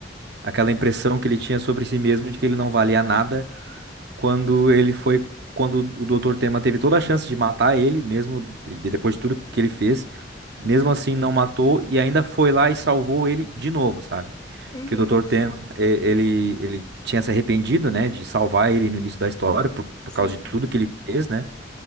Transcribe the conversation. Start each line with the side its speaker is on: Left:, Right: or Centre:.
Right: aquela impressão que ele tinha sobre si mesmo de que ele não valia nada quando ele foi, quando o Dr. Tema teve toda a chance de matar ele, mesmo de- depois de tudo que ele fez, mesmo
Left: uhum,
Right: assim não matou e ainda foi lá e salvou ele de novo, sabe?
Left: uhum,
Right: Que o Dr. Tema, e- ele, ele tinha se arrependido, né, de salvar ele no início da história por, por
Left: sim,
Right: causa de tudo que ele fez, né?